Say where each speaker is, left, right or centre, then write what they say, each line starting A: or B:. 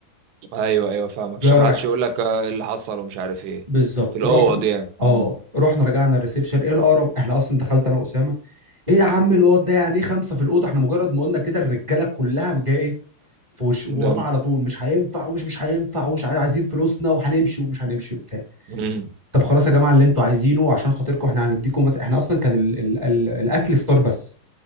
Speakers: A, on the right; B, on the right.
A: ايوه ايوه فاهمك عشان
B: جاي رايح
A: ما حدش يقول لك آه، إيه اللي حصل ومش عارف ايه
B: بالظبط
A: في الأوض
B: رحنا
A: يعني
B: اه
A: امم
B: رحنا رجعنا الريسبشن ايه القرف احنا اصلا دخلت انا واسامه ايه يا عم الواد ده يعني ايه خمسه في الاوضه احنا مجرد ما قلنا كده الرجاله كلها جايه ايه في وش ورانا
A: ده
B: على طول مش هينفع ومش مش هينفع ومش عارف عايزين فلوسنا وهنمشي ومش هنمشي وبتاع
A: امم
B: طب خلاص يا جماعه اللي انتوا عايزينه عشان خاطركم احنا هنديكم مثلا احنا اصلا كان ال ال ال الاكل فطار بس